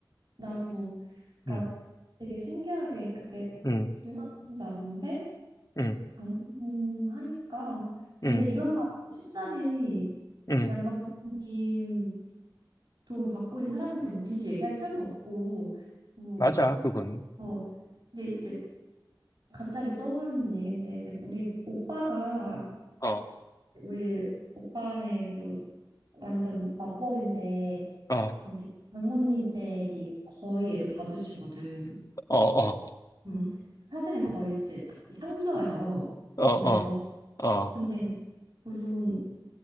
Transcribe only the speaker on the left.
음,
음,
음,
음,
음.
맞아, 그건.
어, 어,
어,
어,
어,
어, 어,